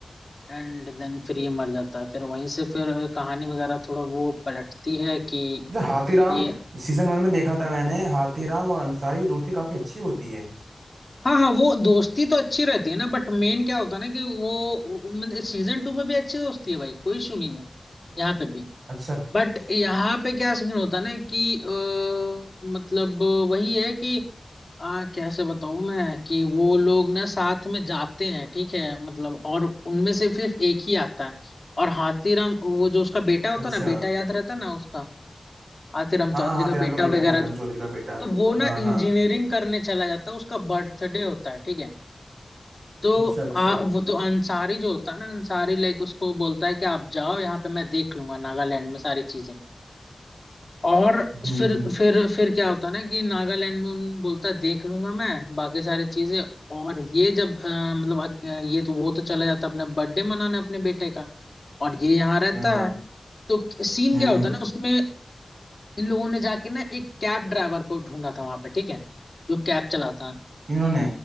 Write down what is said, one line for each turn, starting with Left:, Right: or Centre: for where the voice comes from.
Left: एंड देन फिर ये मर जाता है फिर वहीं से फिर कहानी वगैरह थोड़ा वो पलटती है कि
Right: जैसे हाथीराम
Left: ये
Right: सीजन वन में देखा था मैंने हाथीराम और अंसारी की दोस्ती काफी अच्छी होती है
Left: हाँ हाँ वो दोस्ती तो अच्छी रहती है ना बट मेन क्या होता है ना कि वो सीजन टू में भी अच्छी दोस्ती है भाई कोई इशू नहीं है यहाँ पे भी
Right: अच्छा
Left: बट यहाँ पे क्या सीन होता है ना कि अ, मतलब वही है कि आ, कैसे बताऊँ मैं कि वो लोग ना साथ में जाते हैं ठीक है मतलब और उनमें से सिर्फ एक ही आता है और हाथीराम वो जो उसका बेटा होता
Right: अच्छा
Left: है ना बेटा याद रहता है ना उसका आतिराम
Right: हाँ
Left: चौधरी
Right: हाँ हाथीराम
Left: का बेटा
Right: का बेटा
Left: वगैरह
Right: हाथीराम
Left: जो-
Right: चौधरी का बेटा
Left: तो वो
Right: हाँ
Left: ना
Right: हाँ
Left: इंजीनियरिंग करने चला जाता है उसका बर्थडे होता है ठीक है तो
Right: अच्छा अच्छा
Left: आ, वो तो अंसारी जो होता है ना अंसारी लाइक उसको बोलता है कि आप जाओ यहाँ पे मैं देख लूंगा नागालैंड में सारी चीजें और
Right: हम्म
Left: फिर
Right: हम्म
Left: फिर फिर क्या होता है ना कि नागालैंड में उन बोलता है देख लूंगा मैं बाकी सारी चीजें और ये जब अ, मतलब अ, ये तो वो तो चला जाता है अपना बर्थडे मनाने अपने बेटे का और ये यहाँ रहता
Right: सही बात
Left: है तो सीन
Right: हम्म
Left: क्या होता
Right: हम्म
Left: है ना उसमें इन लोगों ने जाके ना एक कैब ड्राइवर को ढूंढा था वहां पे ठीक है जो कैब चलाता है
Right: किन्होंने